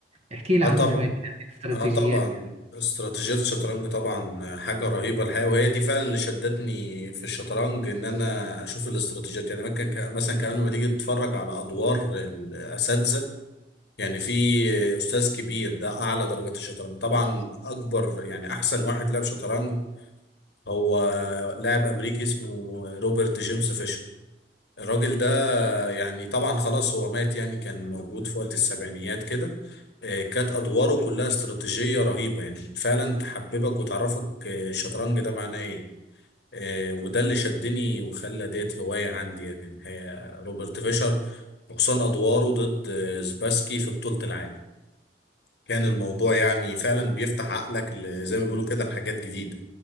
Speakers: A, on the right (about 35°); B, on the left (about 65°).
A: احكي لي
B: اه
A: عنه
B: طبعا
A: شوية كده يعني الاستراتيجيات
B: اه طبعا
A: يعني
B: استراتيجية الشطرنج طبعا حاجة رهيبة الحقيقة وهي دي فعلا اللي شدتني في الشطرنج ان انا اشوف الاستراتيجيات يعني ممكن ك- مثلا كمان لما تيجي تتفرج على ادوار الاساتذة يعني في استاذ كبير ده اعلى درجات الشطرنج طبعا اكبر يعني احسن واحد لعب شطرنج هو لاعب امريكي اسمه روبرت جيمس فيشر الراجل ده يعني طبعا خلاص هو مات يعني كان موجود في وقت السبعينيات كده آه، كانت أدواره كلها استراتيجية رهيبة يعني فعلا تحببك وتعرفك آه، الشطرنج ده معناه إيه آه، وده اللي شدني وخلى ديت هواية عندي يعني الحقيقة روبرت فيشر وخصوصا أدواره ضد آه، سباسكي في بطولة العالم كان الموضوع يعني فعلا بيفتح عقلك ل- زي ما بيقولوا كده لحاجات جديدة